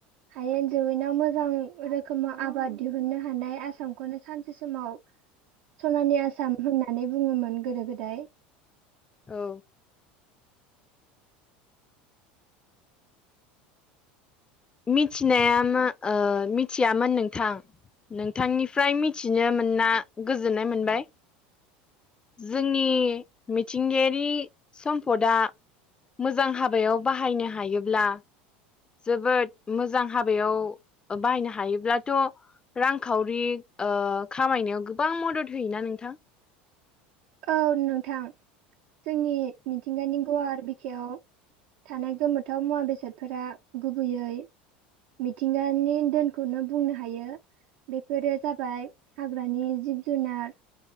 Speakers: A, on the right (about 70°); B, on the left (about 20°).
A: हायेन जौैवेनाव मोजां रोखोमाव आबाद दिहुननो हानाय आसामखौनो सानसे समाव सनानि आसाम होननानै बुङोमोन गोदो गोदाय।
B: औ मिथिनाया मा ओ मिथियामोन नोंथां। नोंथांनिफ्राय मिथिनो मोनना गोजोननाय मोनबाय। जोंनि मिथिंगायारि सम्पदआ मोजां हाबायाव बाहायनो हायोब्ला जोबोद मोजां हाबायाव बाहायनो हायोब्लाथ' रांखावरि ओ खामायनायाव गोबां मदद होयोना नोंथां?
A: औ नोंथां जोंनि मिथिंगानि गुवार बिखायाव थानाय गोमोथाव मुवा बेसादफोरा गुबैयै मिथिंगानि दोनखौनो बुंनो हायो। बेफोरो जाबाय हाग्रानि जिब जुनार